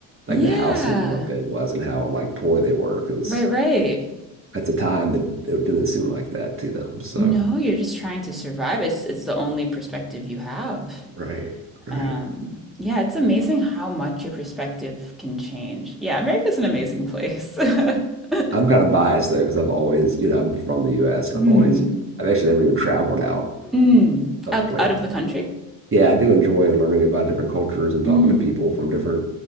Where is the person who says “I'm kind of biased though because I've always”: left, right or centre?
Right